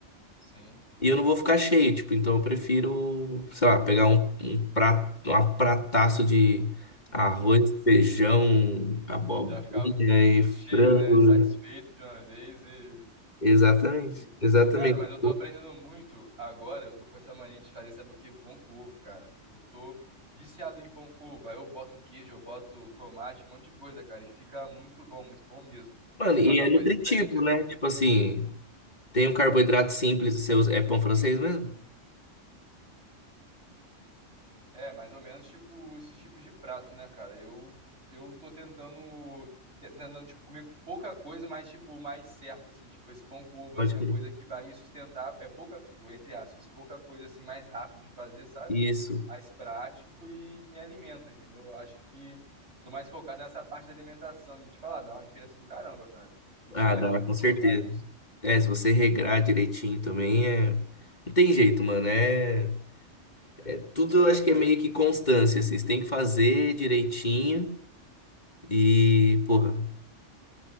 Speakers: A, on the right (about 60°); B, on the left (about 35°).
A: sim.
B: e eu não vou ficar cheio, tipo, então eu prefiro, sei lá, pegar um, um prato, uma prataço de arroz,
A: <laughs>
B: feijão, abobrinha
A: Já ficava
B: e frango.
A: cheio, né? Satisfeito de uma vez e,
B: Exatamente,
A: e-
B: exatamente.
A: Cara, mas eu tô aprendendo muito agora. Eu tô com essa mania de fazer, sabe o quê? Pão com ovo, cara. Eu tô viciado em pão com ovo. Aí eu boto queijo, eu boto tomate, um monte de coisa, cara. E fica muito bom, muito bom mesmo.
B: Mano,
A: Você
B: e
A: faz uma
B: é nutritivo,
A: coisa diferente assim?
B: né? Tipo assim, tem um carboidrato simples, você usa... é pão francês mesmo?
A: É, mais ou menos tipo esses tipos de prato, né, cara? Eu eu tô tentando tentando tipo comer pouca coisa, mas tipo mais certo assim, tipo esse pão cuba
B: Pode
A: assim, é
B: crer.
A: uma coisa que vai me sustentar, é pouca, tipo, entre aspas, pouca coisa assim mais rápido de fazer, sabe?
B: Isso.
A: Mais prático e me alimenta, entendeu? Eu acho que tô mais focado nessa parte da alimentação e te falar, dá uma diferença do caramba, cara. Se você
B: Ah,
A: ali-
B: dá, com certeza.
A: colocar isso.
B: É, se você regrar direitinho também, é... Não tem jeito, mano. É... é Tudo eu acho que é meio que constância, assim. Você tem que fazer direitinho e, porra,